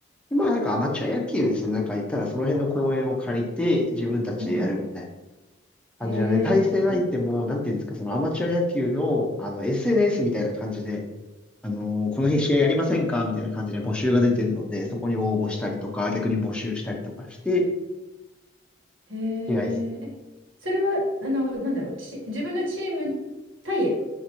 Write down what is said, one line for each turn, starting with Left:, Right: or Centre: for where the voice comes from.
Centre: まあ、なんかアマチュア野球ですね、なんか言ったら、その辺の公園を借りて、自分たちでやるみたいな
Right: はいはい。
Centre: 感じなので、
Right: へえ、
Centre: 対戦相手も、なんていうんですか、そのアマチュア野球の、あの、SNS みたいな感じで、あのーこの日試合やりませんかみたいな感じで募集が出てるので、そこに応募したりとか、逆に募集したりとかして、
Right: へーえ、
Centre: 試合する。
Right: それは、あの、なんだろう、ち、自分のチーム対